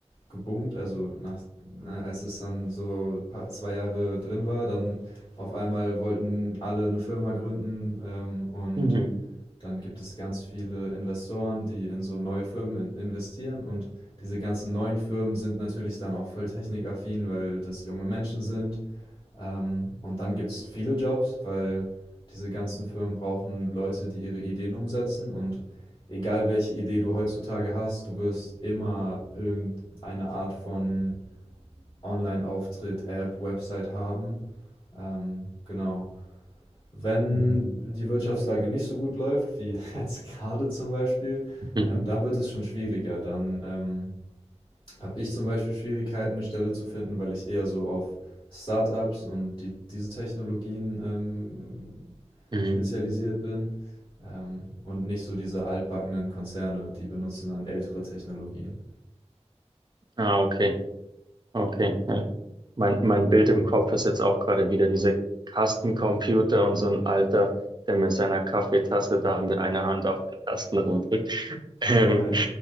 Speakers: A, on the left; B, on the right.
A: geboomt, also nach ne, als es dann so pa 2 Jahre drin war, dann auf einmal wollten alle eine Firma gründen, ähm, und
B: Mhm.
A: dann gibt es ganz viele Investoren, die in so neue Firmen in investieren und diese ganzen neuen Firmen sind natürlich dann auch voll technikaffin, weil das junge Menschen sind. Ähm, und dann gibt's viele Jobs, weil diese ganzen Firmen brauchen Leute, die ihre Ideen umsetzen. Und egal welche Idee du heutzutage hast, du wirst immer irgendeine Art von Online-Auftritt, App, Website haben. Ähm, genau. Wenn
B: Mhm.
A: die Wirtschaftslage nicht so gut läuft, wie <laughs> jetzt gerade zum Beispiel,
B: Mhm.
A: ähm, dann wird es schon schwieriger. Dann ähm, habe ich zum Beispiel Schwierigkeiten, eine Stelle zu finden, weil ich eher so auf Startups und die, diese Technologien ähm,
B: Mhm.
A: spezialisiert bin ähm, und nicht so diese altbackenen Konzerne, die benutzen dann ältere Technologien.
B: Ah, okay. Okay. Ja. Mein, mein Bild im Kopf ist jetzt auch gerade wieder diese Kastencomputer und so ein Alter, der mit seiner Kaffeetasse da mit einer Hand auf den Tasten rumdrückt. Ähm,
A: Ja,